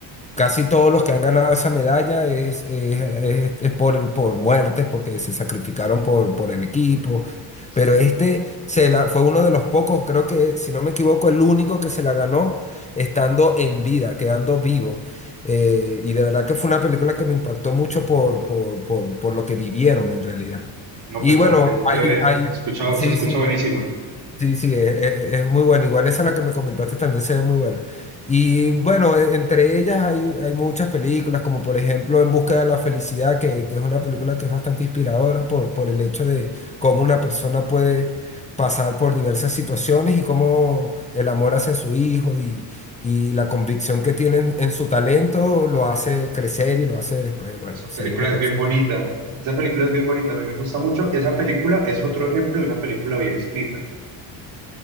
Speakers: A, on the left; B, on the right.
A: Casi todos los que han ganado esa medalla es, es, es- es por, por muertes, porque se sacrificaron por, por el equipo.
B: Sí.
A: Pero este se la, fue uno de los pocos, creo que, si no me equivoco, el único que se la ganó estando en vida, quedando vivo. Eh, y de verdad que fue una película que me impactó mucho por, por, por, por lo que vivieron en realidad.
B: No,
A: Y
B: pues
A: bueno,
B: me la tengo
A: hay,
B: que ver.
A: hay,
B: Se escucha,
A: sí,
B: se escucha
A: sí.
B: buenísima.
A: Sí, sí, es, es- es muy buena. Igual esa la que me comentaste también se ve muy buena. Y bueno, e- entre ellas hay, hay muchas películas, como por ejemplo En Busca de la Felicidad, que, que es una película que es bastante inspiradora por, por el hecho de cómo una persona puede pasar por diversas situaciones y cómo el amor hacia su hijo y, y la convicción que tiene en en su talento lo hace crecer y lo hace después, bueno,
B: Esa
A: ser
B: película
A: una
B: es
A: persona
B: bien bonita. Esa película es bien bonita, a mí me gusta mucho. Esa película es otro ejemplo de una película bien escrita.